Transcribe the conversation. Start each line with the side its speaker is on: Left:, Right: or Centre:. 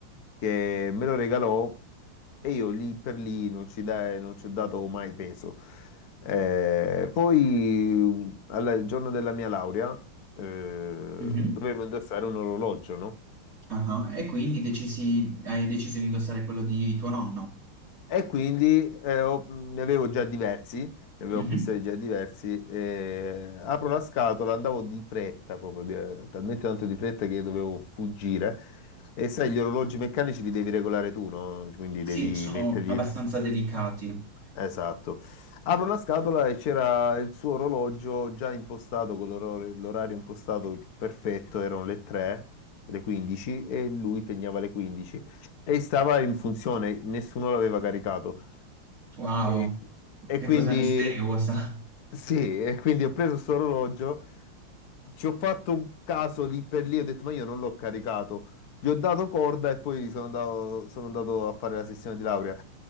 Left: che me lo regalò e io lì per lì non ci, dai- non ci ho dato mai peso. Eh, poi, alla- il giorno della mia laurea, eh,
Right: mhm.
Left: dovevo indossare un orologio, no?
Right: Ah, E quindi decisi- hai deciso di indossare quello di tuo nonno?
Left: E quindi eh, ho- ne avevo già diversi, ne avevo
Right: Mhm.
Left: acquistati già diversi. e apro la scatola, andavo di fretta proprio, di- eh, talmente tanto di fretta che dovevo fuggire. E sai, gli orologi meccanici li devi regolare tu, no? Quindi
Right: Sì,
Left: devi
Right: sono
Left: mettergli...
Right: abbastanza delicati.
Left: Esatto. Apro la scatola e c'era il suo orologio già impostato, con l'oror- l'orario impostato perfetto, erano le 3, le 15 e lui pegnava le 15 e stava in funzione, nessuno l'aveva caricato.
Right: Wow.
Left: E, e
Right: Che
Left: quindi
Right: cosa misteriosa.
Left: sì, e quindi ho preso questo orologio, ci ho fatto un caso lì per lì, ho detto ma io non l'ho caricato, gli ho dato corda e poi sono andato, sono andato a fare la sessione di laurea.